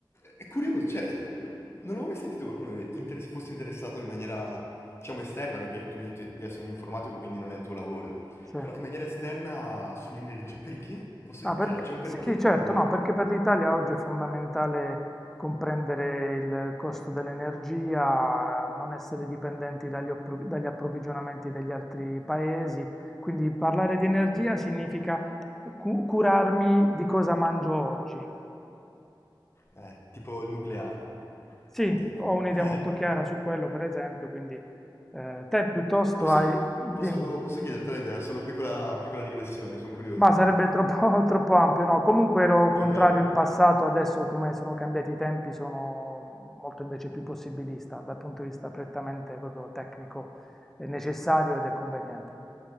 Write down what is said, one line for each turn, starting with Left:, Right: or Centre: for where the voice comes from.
Left: è curioso, cioè, non avevo mai sentito qualcuno che inter- fosse interessato in maniera, diciamo, esterna, perché tu mi hai detto di essere un informatico, quindi non è il tuo lavoro,
Centre: sì.
Left: però in maniera esterna sull'energia, perché? Posso,
Centre: Ah,
Left: chi-
Centre: perché-
Left: cioè, c'è un
Centre: Sì,
Left: perché
Centre: sì, certo,
Left: o...
Centre: no, perché per l'Italia oggi è fondamentale comprendere il costo dell'energia, non essere dipendenti dagli, approv- dagli approvvigionamenti degli altri paesi, quindi parlare di energia significa cu- curarmi di cosa mangio oggi.
Left: Eh, tipo il nucleare,
Centre: Sì,
Left: tipo.
Centre: ho un'idea
Left: <laughs>
Centre: molto chiara su quello, per esempio, quindi eh, te piuttosto
Left: Posso,
Centre: hai... Dimmi.
Left: posso, posso chiederti l'idea, solo piccola, piccola digressione, sono curioso.
Centre: Ma sarebbe troppo, <laughs> troppo ampio, no? Comunque ero contrario
Left: Ok,
Centre: in passato, adesso come sono cambiati i tempi sono molto invece più possibilista dal punto di vista prettamente proprio tecnico, è necessario ed è conveniente.